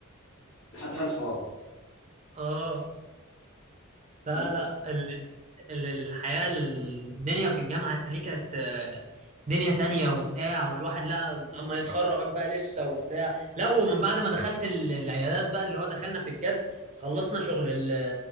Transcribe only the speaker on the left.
لحد حان اصحاب
وأنا-